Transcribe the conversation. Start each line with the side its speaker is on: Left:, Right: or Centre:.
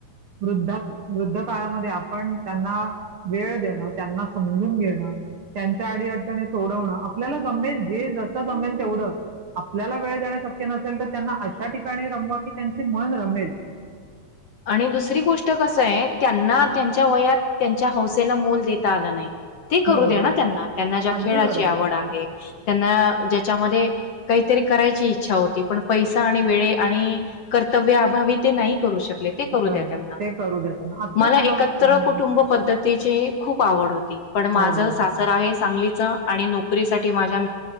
Right: वृद्धा वृद्ध काळामध्ये आपण त्यांना वेळ देणं, त्यांना समजून घेणं, त्यांच्या आडी अडचणी सोडवणं. आपल्याला जमेल जे जसं जमेल तेवढं आपल्याला वेळ देणं शक्य नसेल तर, त्यांना अशा ठिकाणी रमवा की त्यांचे मन रमेल.
Left: आणि दुसरी गोष्ट कस आहे? त्यांना त्यांच्या वयात त्यांच्या हौसेला मोल देता आला नाही. ते करू
Right: बरोबर.
Left: दे्या ना त्यांना, त्यांना ज्या
Right: अगदी
Left: खेळाची
Right: बरोबर.
Left: आवड आहे. त्यांना ज्याच्यामध्ये काहीतरी करायची इच्छा होती. पण पैसा आणि वेळे आणि कर्तव्यअभावी ते नाही करू शकत. ते करू
Right: बरोबर.
Left: द्या त्यांना
Right: ते करू द्या त्यांना. आत्ता
Left: मला
Right: त्यांना
Left: एकत्र
Right: हं.
Left: कुटुंब पद्धतीची खूप आवड होती, पण माझ
Right: हो, हो.
Left: सासर आहे सांगली आणि नोकरी साठी माझ्या